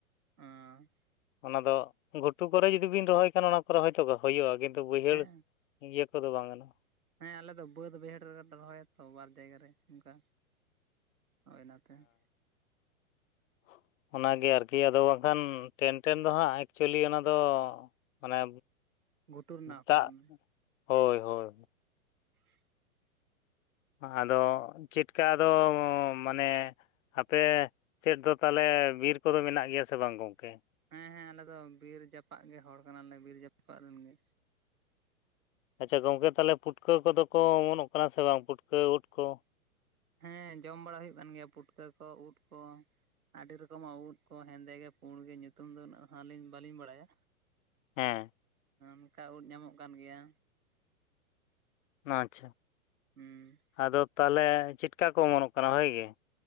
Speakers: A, on the right; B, on the left.
A: ᱟᱸᱻ
B: ᱚᱱᱟ ᱫᱚ ᱜᱷᱩᱴᱩ ᱠᱚ ᱨᱮ ᱡᱩᱫᱤ ᱵᱤᱱ ᱨᱚᱦᱚᱭ ᱠᱷᱟᱱ ᱚᱱᱟ ᱠᱚᱨᱮ ᱦᱚᱭ ᱛᱚ ᱦᱩᱭᱩᱜᱼᱟ ᱠᱤᱱᱛᱩ ᱵᱟᱹᱭᱦᱟᱹᱲ
A: ᱦᱮᱸ
B: ᱤᱭᱟᱹ ᱠᱚ ᱫᱚ ᱵᱟᱝ ᱜᱟᱱᱚᱜᱼᱟ᱾
A: ᱦᱮᱸ ᱟᱞᱮ ᱫᱚ ᱵᱟᱹᱫᱽ ᱵᱟᱹᱭᱦᱟᱹᱲ ᱨᱮᱞᱮ ᱨᱚᱦᱚᱭᱟ ᱛᱚ ᱵᱟᱨ ᱡᱟᱭᱜᱟ ᱨᱮ ᱚᱱᱠᱟ ᱦᱚᱭ ᱚᱱᱟ ᱛᱮ
B: <inaudible> ᱚᱱᱟ ᱜᱮ ᱟᱨᱠᱤ ᱟᱫᱚ ᱵᱟᱝ ᱠᱷᱟᱱ ᱴᱮᱱ ᱴᱮᱱ ᱫᱚ ᱦᱟᱸᱜ ᱮᱠᱪᱩᱭᱮᱞᱤ ᱚᱱᱟ ᱫᱚ ᱢᱟᱱᱮ
A: ᱜᱷᱩᱴᱩ ᱨᱮᱱᱟᱜ ᱦᱩᱲᱩ
B: ᱫᱟᱜ
A: ᱠᱟᱱᱟ
B: ᱦᱳᱭ ᱦᱳᱭ
A: <inaudible>
B: ᱟᱫᱚ ᱪᱮᱫ ᱞᱮᱠᱟ ᱟᱫᱚ ᱢᱟᱱᱮ ᱟᱯᱮ ᱥᱮᱫ ᱫᱚ ᱛᱟᱦᱚᱞᱮ ᱵᱤᱨ ᱠᱚ ᱫᱚ ᱢᱮᱱᱟᱜ ᱜᱮᱭᱟ ᱥᱮ ᱵᱟᱝ ᱜᱚᱝᱠᱮ
A: ᱦᱮᱸ ᱦᱮᱸ ᱟᱞᱮ ᱫᱚ ᱵᱤᱨ ᱡᱟᱯᱟᱜ ᱜᱮ ᱦᱚᱲ ᱠᱟᱱᱟ ᱞᱮ ᱵᱤᱨ ᱡᱟᱯᱟᱜ ᱨᱤᱱ ᱜᱮ
B: ᱟᱪᱪᱷᱟ ᱜᱚᱝᱠᱮ ᱛᱟᱦᱚᱞᱮ ᱯᱩᱴᱠᱟᱹ ᱠᱚ ᱫᱚ ᱠᱚ ᱚᱢᱚᱱᱚᱜ ᱠᱟᱱᱟ ᱥᱮ ᱵᱟᱝ ᱯᱩᱴᱠᱟᱹᱣ ᱩᱫ ᱠᱚ
A: ᱦᱮᱸ ᱡᱚᱢ ᱵᱟᱲᱟ ᱦᱩᱭᱩᱜ ᱠᱟᱱ ᱜᱮᱭᱟ ᱯᱩᱴᱠᱟᱹ ᱠᱚ ᱩᱫ ᱠᱚ ᱟᱹᱰᱤ ᱨᱚᱠᱚᱢᱟᱜ ᱩᱫ ᱠᱚ ᱦᱮᱸᱫᱮ ᱜᱮ ᱯᱩᱸᱰ ᱜᱮ ᱧᱩᱛᱩᱢ ᱫᱚ ᱩᱱᱟᱹᱜ ᱟᱹᱞᱤᱧ ᱵᱟᱹᱞᱤᱧ ᱵᱟᱲᱟᱭᱟ᱾
B: ᱦᱮ
A: ᱚᱱᱠᱟ ᱩᱫ ᱧᱟᱢᱚᱜ ᱠᱟᱱ ᱜᱮᱭᱟ᱾
B: ᱟᱪᱪᱷᱟ
A: ᱦᱩᱸ
B: ᱟᱫᱚ ᱛᱟᱦᱞᱮ ᱪᱮᱫ ᱠᱟ ᱠᱚ ᱚᱢᱚᱱᱚᱜ ᱠᱟᱱᱟ ᱵᱷᱟᱜᱮ ᱜᱮ